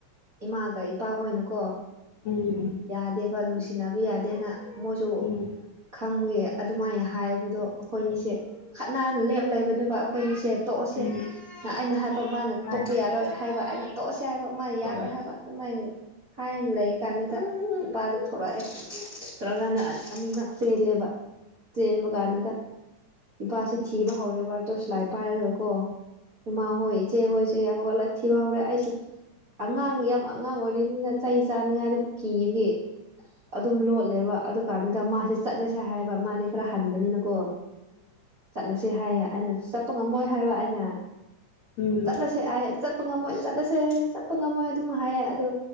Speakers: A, on the right (about 50°); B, on the left (about 80°).
A: ꯏꯃꯥꯒ ꯏꯄꯥꯍꯣꯏꯅꯀꯣ
B: ꯎꯝ
A: ꯌꯥꯗꯦꯕ ꯅꯨꯡꯁꯤꯅꯕ ꯌꯥꯗꯦꯅ ꯃꯣꯏꯁꯨ
B: ꯎꯝ
A: ꯈꯪꯕꯏ ꯑꯗꯨꯃꯥꯏꯅ ꯍꯥꯏꯕꯗꯣ ꯑꯩꯈꯣꯏꯅꯤꯁꯦ ꯈꯠꯅꯥ ꯂꯦꯞ ꯂꯩꯕꯅꯦꯕ ꯑꯩꯈꯣꯏꯅꯤꯁꯦ ꯇꯣꯛꯑꯁꯦ
B: ꯎꯝ
A: ꯑꯩꯅ ꯍꯥꯏꯕ ꯃꯥꯅ
B: ꯃꯥꯅꯦ
A: ꯇꯣꯛꯄ ꯌꯥꯔꯣꯏ ꯍꯥꯏꯕ ꯑꯩꯅ ꯇꯣꯛꯑꯁꯦ ꯍꯥꯏꯕ ꯃꯥꯅ
B: ꯑꯣ
A: ꯌꯥꯔꯣꯏ ꯍꯥꯏꯕ ꯁꯃꯥꯏꯅ ꯍꯥꯏꯅ ꯂꯩ ꯀꯥꯟꯗꯨꯗ ꯏꯄꯥꯗ ꯊꯂꯛꯑꯦ ꯊꯂꯛꯑꯀꯥꯟꯗ ꯑꯅꯤꯃꯛ ꯆꯦꯜꯂꯦꯕ ꯆꯦꯟꯕ ꯀꯥꯟꯗꯨꯗ ꯏꯄꯥꯁꯤꯦ ꯊꯤꯕ ꯍꯧꯔꯦꯕ ꯇꯣꯔꯁ ꯂꯥꯏꯠ ꯄꯥꯏꯔꯒꯀꯣ ꯏꯃ ꯍꯣꯏꯆꯦ ꯍꯁꯦ ꯍꯧꯒꯂ ꯊꯤ ꯋꯥ ꯍꯧꯔꯦ ꯍꯥꯏꯁꯦ ꯑꯉꯥꯡ ꯌꯥꯝ ꯑꯉꯥꯡ ꯑꯣꯏꯔꯤꯕꯝꯅꯤꯅ ꯆꯍꯤ ꯆꯥꯅꯤꯉꯥꯏꯗꯕꯨ ꯀꯤꯕꯒꯤ ꯑꯗꯨꯝ ꯂꯣꯠꯂꯦꯕ ꯑꯗꯨ ꯀꯥꯟꯗꯨꯗ ꯃꯥꯁꯦ ꯆꯠꯂꯁꯦ ꯍꯥꯏ ꯃꯥꯗꯤ ꯈꯔ ꯍꯟꯕꯅꯤꯅꯀꯣ ꯆꯠꯂꯁꯦ ꯍꯥꯏꯌꯦ ꯑꯩꯅ ꯆꯠꯄ ꯉꯝꯃꯣꯏ ꯍꯥꯏꯕ ꯑꯩꯅ
B: ꯎꯝ
A: ꯆꯠꯂꯁꯦ ꯑ ꯆꯠꯄ ꯉꯝꯃꯣꯏ ꯆꯠꯂꯁꯦ ꯆꯄ ꯉꯝꯃꯣꯏ ꯑꯗꯨꯝ ꯍꯥꯏꯌꯦ ꯑꯗꯣ